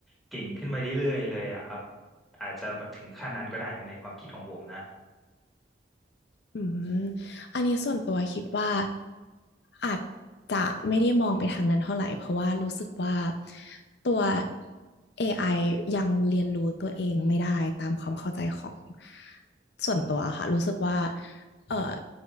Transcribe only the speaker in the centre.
เก่งขึ้นมาเรื่อยๆเลยอะครับอาจจะถึงขั้นนั้นก็ได้ในความคิดของผมนะ